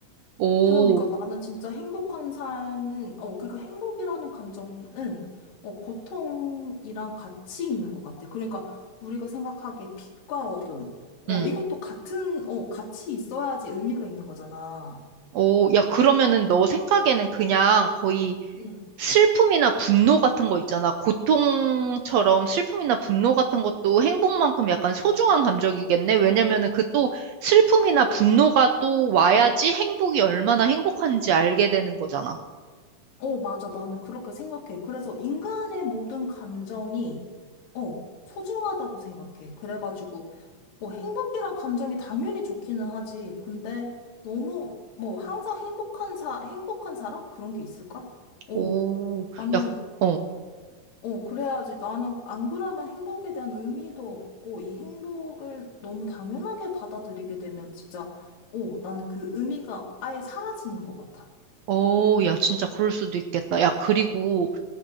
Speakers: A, on the right; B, on the left.
A: 오,
B: 그러니까 나는 진짜 행복한 삶은, 어, 그러니까 행복이라는 감정은, 어, 고통이랑 같이 있는 것 같아. 그러니까 우리가 생각하기에 빛과 어둠, 어,
A: 음
B: 이것도 같은, 어, 같이 있어야지 의미가 있는 거잖아.
A: 오, 야, 그러면은 너 생각에는 그냥 거의
B: 응.
A: 슬픔이나 분노 같은 거 있잖아. 고통처럼 슬픔이나 분노 같은 것도 행복만큼 약간 소중한 감정이겠네. 왜냐면은 그 또 슬픔이나 분노가 또 와야지 행복이 얼마나 행복한지 알게 되는 거잖아.
B: 어, 맞아. 나는 그렇게 생각해. 그래서 인간의 모든 감정이, 어, 소중하다고 생각해. 그래가지고, 뭐 행복이란 감정이 당연히 좋기는 하지. 근데 너무 뭐 항상 행복한 사 행복한 사람 그런 게 있을까? 어.
A: 오,
B: 나는
A: 야, 어.
B: 어 그래야지 나는 안 그러면 행복에 대한 의미도 없고 이 행복을 너무 당연하게 받아들이게 되면 진짜 어 나는 그 의미가 아예 사라지는 것 같아.
A: 어, 야, 진짜 그럴 수도 있겠다. 야, 그리고